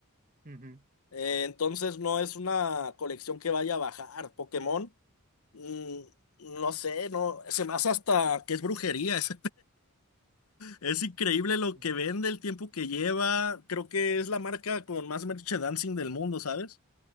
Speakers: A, on the right (about 40°); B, on the left (about 80°).
A: Ujú, ujú,
B: Eh, entonces no es una colección que vaya a bajar. Pokémon, mm, no sé, no, se me hace hasta que es brujería. <laughs> Es, es increíble lo
A: ujú.
B: que vende, el tiempo que lleva. Creo que es la marca con más merchandising del mundo, ¿sabes?